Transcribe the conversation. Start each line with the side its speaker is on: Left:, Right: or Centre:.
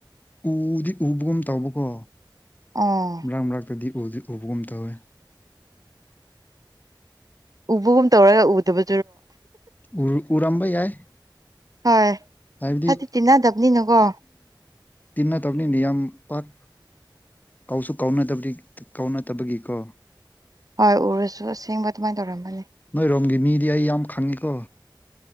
Left: ꯎꯗꯤ ꯎꯕꯒꯨꯝ ꯇꯧꯕꯀꯣ
Right: ꯑꯣ
Left: ꯃꯔꯛ ꯃꯔꯛꯇꯗꯤ ꯎꯕꯒꯨꯝ ꯇꯧꯋꯦ
Right: ꯎꯕꯒꯨꯝ ꯇꯧꯔ ꯎꯗꯕ
Left: ꯎ ꯎꯔꯝꯕ ꯌꯥꯏ
Right: ꯍꯣꯏ
Left: ꯍꯥꯏꯕꯗꯤ
Right: ꯍꯥꯏꯗꯤ ꯇꯤꯟꯅꯗꯕꯅꯤꯅꯀꯣ
Left: ꯇꯤꯟꯅꯗꯕꯅꯤꯗꯤ ꯌꯥꯝ ꯄꯥꯛ ꯀꯧꯁꯨ ꯀꯧꯅ ꯇ ꯀꯧꯅ ꯇꯕꯒꯤ ꯀꯣ
Right: ꯍꯣꯏ ꯎꯔꯁꯨ ꯑꯁꯦꯡꯕ ꯑꯗꯨꯃꯥꯏꯅ ꯇꯧꯔꯝꯕꯅꯤ
Left: ꯅꯣꯏ ꯔꯝꯒꯤ ꯃꯤꯗꯤ ꯌꯥꯝꯝ ꯈꯥꯡꯉꯅꯤ ꯀꯣ